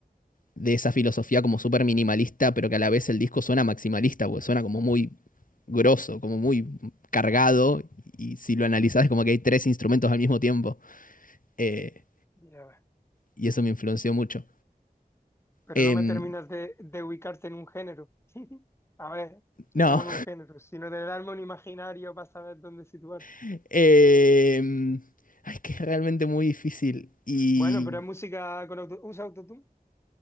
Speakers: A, on the left (about 60°); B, on the left (about 15°).
A: de esa filosofía como súper minimalista, pero que a la vez el disco suena maximalista, porque suena como muy grosso, como muy cargado, y si lo analizás es como que hay tres instrumentos al mismo tiempo, eh,
B: Ya ves.
A: y eso me influenció mucho.
B: Pero
A: Em,
B: no me terminas de, de ubicarte en un género. <laughs> A ver,
A: no,
B: no en un género, sino de darme un imaginario para saber dónde situarte.
A: <laughs> em, ay, es que es realmente muy difícil, y
B: Bueno, pero es música con auto... ¿Usa autotune?